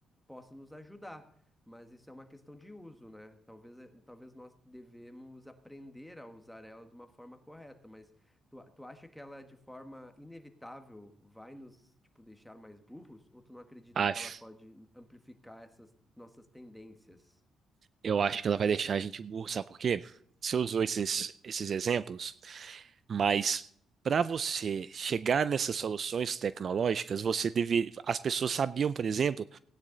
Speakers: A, in the centre; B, on the right (about 50°).
A: possa nos ajudar, mas isso é uma questão de uso, né? Talvez, eh, talvez nós devemos aprender a usar ela de uma forma correta, mas tu, a- tu acha que ela, de forma inevitável, vai nos, tipo, deixar mais burros? Ou tu não acredita
B: Acho.
A: que ela pode amplificar essas nossas tendências?
B: Eu acho que ela vai deixar a gente burro, sabe por quê? Você usou esses, esses exemplos, mas para você chegar nessas soluções tecnológicas, você deve, as pessoas sabiam, por exemplo,